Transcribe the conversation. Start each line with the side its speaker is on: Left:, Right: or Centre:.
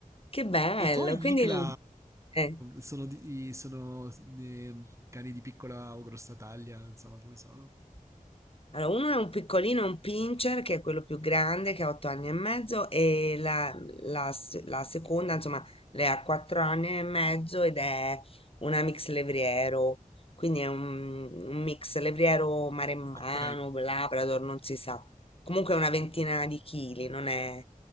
Left: Che bello.
Right: E i tuoi Nicla
Left: Quindi, il- eh.
Right: sono, di- sono di- cani di piccola o grossa taglia, insomma, come sono?
Left: Allora, uno è un piccolino, un pincher, che è quello più grande, che ha otto anni e mezzo, e la, la s- la seconda, insomma, lei ha quattro anni e mezzo ed è una mix levriero, quindi è un, un mix levriero maremmano,
Right: Ok.
Left: labrador, non si sa. Comunque è una ventina di chili, non è,